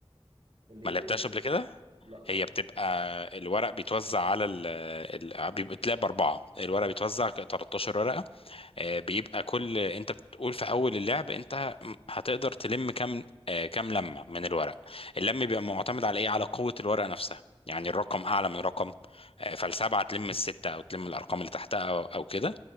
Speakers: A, on the right (about 55°); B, on the left (about 70°).
A: اللي هي
B: ما لعبتهاش
A: ايه
B: قبل كده
A: لا
B: هي
A: خالص
B: بتبقى الورق بيتوزع على ال... ال... بيبقى بتلعب اربعه الورق
A: مم.
B: بيتوزع 13 ورقه
A: مم.
B: آه، بيبقى كل انت بتقول في اول اللعب انت هتقدر تلم كام آه، كام لمه من الورق اللم بيبقى معتمد على ايه على قوه الورقه نفسها يعني الرقم اعلى من رقم آه، فالسبعه تلم السته او تلم الارقام اللي تحتها او او كده